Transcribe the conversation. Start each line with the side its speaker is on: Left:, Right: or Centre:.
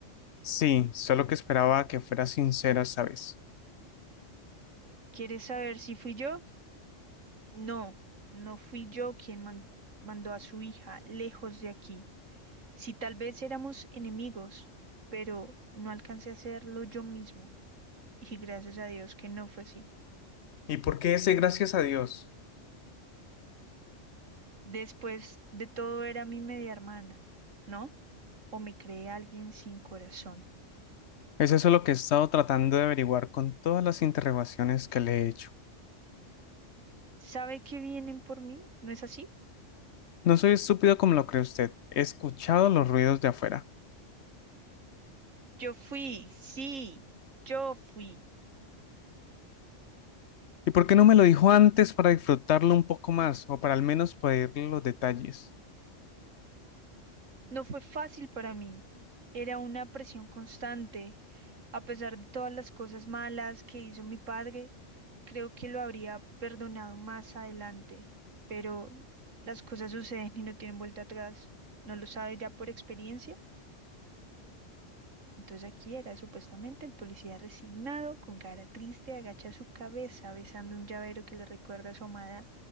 Left: Sí, solo que esperaba que fuera sincera esta vez.
Right: ¿Quieres saber si fui yo? No, no fui yo quien man- mandó a su hija lejos de aquí. Si tal vez éramos enemigos, pero no alcancé a hacerlo yo mismo. Y gracias a Dios que no fue así.
Left: ¿Y por qué ese gracias a Dios?
Right: Después de todo era mi media hermana, ¿no? O me creé alguien sin corazón.
Left: Es eso lo que he estado tratando de averiguar con todas las interrogaciones que le he hecho.
Right: sabe que vienen por mí, ¿no es así?
Left: No soy estúpido como lo cree usted. He escuchado los ruidos de afuera.
Right: Yo fui, sí, yo fui.
Left: ¿Y por qué no me lo dijo antes para disfrutarlo un poco más o para al menos pedirle los detalles?
Right: No fue fácil para mí. Era una presión constante. A pesar de todas las cosas malas que hizo mi padre, creo que lo habría perdonado más adelante. Pero las cosas suceden y no tienen vuelta atrás. ¿No lo sabe ya por experiencia? Entonces aquí era supuestamente el policía resignado, con cara triste, agacha su cabeza besando un llavero que le recuerda a su amada